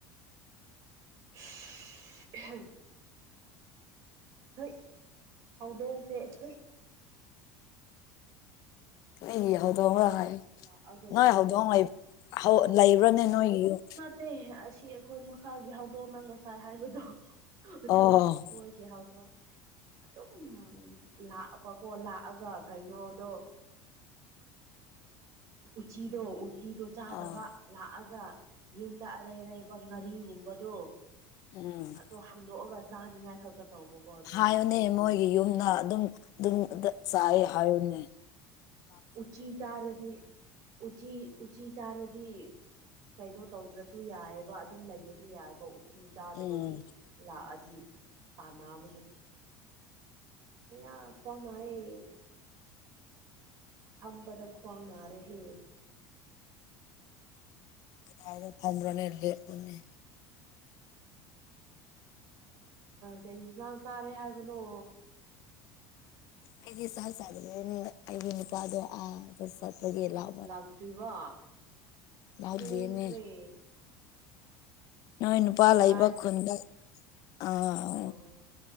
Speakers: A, on the right (about 50°); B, on the left (about 50°).
A: <unintelligible> ꯍꯨꯏꯠ ꯍꯧꯗꯣꯡꯁꯦ ꯍꯨꯏꯠ
B: ꯅꯣꯏꯒꯤ ꯍꯧꯗꯣꯡꯂꯣ ꯍꯥꯏ
A: ꯂꯥꯛꯑꯒ
B: ꯅꯣꯏ
A: ꯂꯩꯔꯅꯤ
B: ꯍꯧꯗꯣꯡ ꯂꯩ ꯍꯧ ꯂꯩꯕ꯭ꯔꯅꯦ ꯅꯣꯏꯒꯤ ꯌꯨꯝ
A: ꯇꯦ ꯑꯁꯤ ꯑꯈꯣꯏ ꯃꯈꯥꯒꯤ ꯍꯧꯗꯣꯡꯅ ꯉꯁꯥꯏ ꯍꯥꯏꯕꯗꯣ ꯑꯊꯨ
B: ꯑꯣ
A: ꯃꯣꯏꯒꯤ ꯍꯥꯎꯗꯣꯡ ꯑꯗꯨꯝ ꯂꯥꯛꯑꯕꯀꯣ ꯂꯥꯛꯑꯒ ꯀꯩꯅꯣꯗꯣ ꯎꯆꯤꯗꯣ ꯎꯆꯤꯗꯣ ꯆꯥꯗꯕ
B: ꯑꯥ
A: ꯂꯥꯛꯑꯒ ꯌꯨꯝꯗ ꯑꯔꯩ ꯑꯔꯩꯕ ꯉꯥꯔꯤꯒꯨꯝꯕꯗꯣ
B: ꯎꯝ
A: ꯗꯣ ꯍꯥꯡꯗꯣꯛꯑꯒ ꯆꯥꯅꯤꯡꯉꯥꯏ ꯈꯛꯇ ꯇꯧꯕꯀꯣꯠ
B: ꯍꯥꯏꯌꯣꯅꯦ ꯃꯣꯏꯒꯤ ꯌꯨꯝꯗ ꯑꯗꯨꯝ ꯑꯗꯨꯝ ꯑꯗ ꯆꯥꯏꯌꯦ ꯍꯥꯏꯌꯣꯅꯦ
A: ꯎꯆꯤ ꯆꯥꯔꯗꯤ ꯎꯆꯤ ꯎꯆꯤ ꯆꯥꯔꯗꯤ ꯀꯩꯅꯣ ꯇꯧꯗ꯭ꯔꯁꯨ ꯌꯥꯏꯌꯦꯕ ꯑꯗꯨꯝ ꯂꯩꯕꯁꯨ ꯌꯥꯏꯕ ꯎꯠ ꯏꯁꯤꯡ ꯆꯥꯗꯕꯒꯤ
B: ꯎꯝ
A: ꯂꯥꯛꯑꯗꯤ ꯇꯥꯟꯅꯕꯅꯦ ꯑꯌꯥ ꯈ꯭ꯋꯥꯡ ꯅꯥꯌꯦ ꯐꯝꯕꯗ ꯈ꯭ꯋꯥꯡ ꯅꯥꯔꯦꯍꯦ
B: ꯀꯗꯥꯏꯗ ꯐꯝꯕ꯭ꯔꯅꯦ ꯂꯦꯞꯄꫭꯅꯦ
A: ꯀꯩ ꯏꯟꯖꯥꯡ ꯆꯥꯔꯦ ꯍꯥꯏꯕꯅꯣ
B: ꯑꯩꯗꯤ ꯆꯥꯛ ꯆꯥꯗ꯭ꯔꯦꯅꯦ ꯑꯩꯒꯤ ꯅꯨꯄꯥꯗꯣ ꯑꯥꯗ ꯆꯠꯄꯒꯤ ꯂꯥꯛ
A: ꯂꯥꯛꯇ꯭ꯔꯤꯕꯥ
B: ꯂꯥꯛꯇꯦꯅꯦ
A: ꯊꯦꯡꯈ꯭ꯔꯦ
B: ꯅꯣꯏ ꯅꯨꯄꯥ
A: ꯉꯥꯏ
B: ꯂꯩꯕ ꯈꯨꯟꯗ ꯑꯥ
A: ꯑꯣ